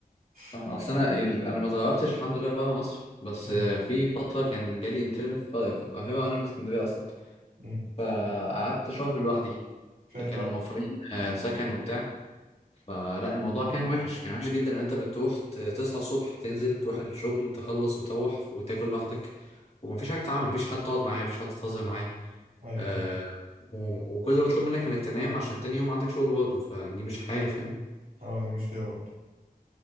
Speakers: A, on the right (about 65°); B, on the left (about 40°).
A: <laughs>
B: فاهم اصل انا ال... انا ما اتغربتش الحمد لله بره مصر بس
A: مم.
B: آه، في فتره كان جالي انترن في في القاهره وانا من اسكندريه اصلا
A: مم.
B: فقعدت شهر لوحدي
A: فين
B: كانوا
A: بقى
B: موفرين آه، سكن وبتاع فلا الموضوع كان وحش كان وحش جدا ان انت بتروح ت- تصحى الصبح تنزل تروح الشغل تخلص وتروح وتاكل لوحدك ومفيش حاجه تتعمل مفيش حد تقعد معاه مفيش حد تهزر معاه
A: ايوه
B: آه
A: فاهم
B: و- وكل اللي مطلوب منك انك تنام عشان تاني يوم عندك شغل برضه فدي مش حياة فاهم
A: اه دي مشكله برضه